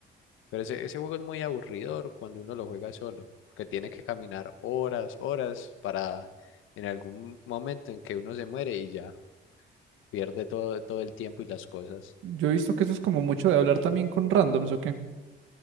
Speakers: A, on the left (about 85°); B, on the right (about 80°).
A: Pero ese, ese juego es muy aburridor cuando uno lo juega solo, porque tiene que caminar horas, horas para en algún momento en que uno se muere y ya pierde todo, todo el tiempo y las cosas.
B: Yo he visto que eso es como mucho de hablar también con randoms, ¿o qué?